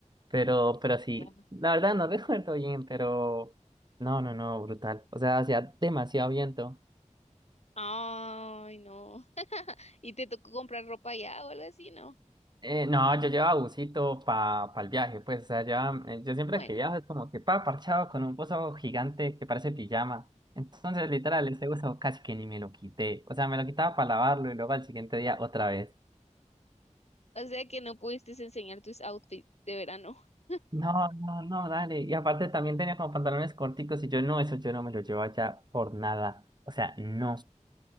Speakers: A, on the right (about 35°); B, on the left (about 55°).
A: Pero, pero sí,
B: Claro.
A: la verdad no <laughs> recuerdo bien, pero no, no, no, brutal. O sea, hacía demasiado viento.
B: Ay, no. ¿Y te tocó comprar ropa allá o algo así? No.
A: Eh, no, yo llevaba busito para el viaje, pues, o sea, llevaba- eh, yo siempre
B: Bueno,
A: que viajo es como que pa, parchado con un buzo gigante que parece pijama. Entonces, literal, ese buzo casi que ni me lo quité. O sea, me lo quitaba para lavarlo y luego al siguiente día otra vez.
B: o sea que no pudiste enseñar tus outfits de verano. <laughs>
A: No, no, no, dale. Y aparte también tenía como pantalones corticos y yo no, eso yo no me lo llevo allá por nada. O sea, no.